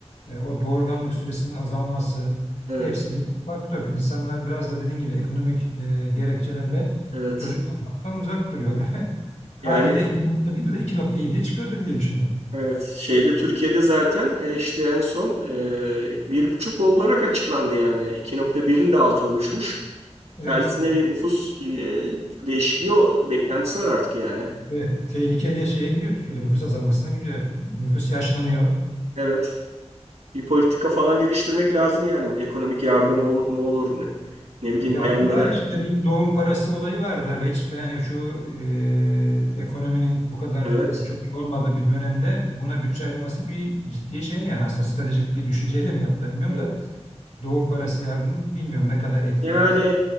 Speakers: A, on the left; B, on the right.
A: e, o doğurganlık süresinin azalması
B: evet,
A: hepsi bir faktör. İnsanlar biraz da dediğin gibi ekonomik e, gerekçelerle
B: evet.
A: çocuk yapmaktan uzak duruyorlar. <laughs> Haliyle
B: Yani
A: iki iki nokta birde iki nokta 2.7'ye çıkıyordur diye düşünüyorum.
B: Evet, şeyde Türkiye'de zaten e, işte en son e, bir buçuk olarak açıklandı yani. 2.1'in de altına düşmüş.
A: Evet,
B: Tersine bir nüfus e, değişikliği o beklentisi var artık yani.
A: Evet, tehlike diye şeye giriyor Türkiye'de nüfus azalmasına giriyor. Nüfus yaşlanıyor.
B: Evet. Bir politika falan geliştirmek lazım yani. Ekonomik yardım olup mu olur ne, ne bileyim
A: Yaptılar
B: bayanlara.
A: işte bir doğum parası olayı verdiler ve hiç yani şu e, ekonominin bu kadar
B: Evet.
A: e, çok iyi olmadığı bir dönemde buna bütçe ayrılması bir ciddi şey yani aslında stratejik bir düşünceyle mi yaptılar bilmiyorum
B: Evet.
A: da doğum parası yardımı bilmiyorum ne kadar etkiler.
B: Yani